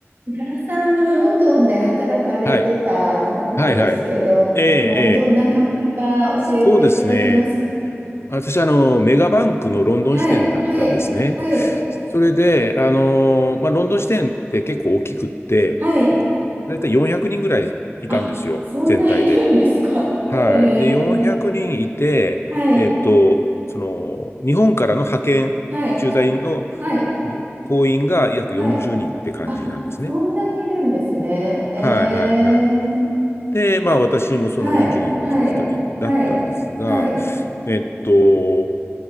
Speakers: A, on the right; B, on the left.
A: 井原さん、あの、ロンドンで働かれてたとのことですけど、
B: はい。はいはい。ええ、ええ。
A: ど、どんな感じか教えていただけますか
B: そうですね。私、あの、メガバンクのロンドン支店だったんですね。
A: はい、はい、はい、
B: それで、あの、まあ、ロンドン支店って結構大きくって、
A: はい。
B: だいたい400人ぐらいいたんですよ、
A: あ、そんないるんですかへ
B: 全体で。はい。で、400人いて、
A: え、はい、
B: えっと、その、日本からの派遣、
A: はい、
B: 駐在の
A: はい、
B: 行員が約40人って感じなんですね。
A: はい。あ、そんなにいるんですね。ええ、
B: はいはいはい。で、まあ私もその42のうちの一人だったんですが、
A: はい、はい、はい、はい、
B: えっと、